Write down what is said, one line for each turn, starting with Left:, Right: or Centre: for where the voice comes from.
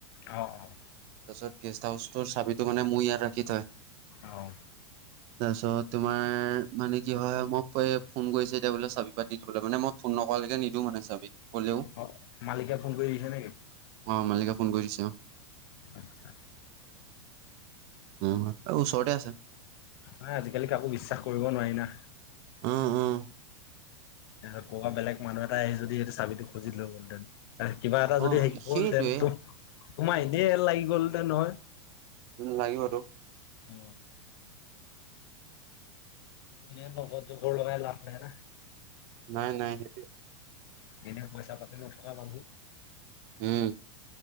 Left: অঁ অঁ
Right: তাৰপিছত গেষ্ট হাউচৰ চাবিটো মানে মোৰ ইয়াত ৰাখি থয়
Left: অ
Right: তাৰপিছত তোমাৰ মানে কি হয় মোক ফোন কৰিছে এতিয়া বোলে চাবি পাত দি দিবলে মানে মই ফোন নকৰালৈকে নিদিওঁ মানে চাবি ক'লেও
Left: অ মালিকে ফোন কৰি দিছে নেকি
Right: অ মালিকে ফোন কৰি দিছে
Left: আতছা
Right: উম আৰু ওচৰতে আছে
Left: ন আজিকালি কাকো বিশ্বাস কৰিব নোৱাৰি না
Right: উম উম
Left: তাৰিছ ক বেলেগ মানুহ এটা আহি যদি এইটো চাবিো খুজিলৈ গ'লহেতেন কিবা এটা
Right: অ
Left: যদি শিকে
Right: সেইটোৱে
Left: গ'ল দেন তোম তোমাৰ এনেই লাগি গল দেন নহয়
Right: লাগিবতো
Left: অ এনেই জগতৰ চগৰ লগাই লাভ নাই না
Right: নাই নাই সেইতোৱে
Left: এনেও পইচা পাতি নথকা মানুহ
Right: উম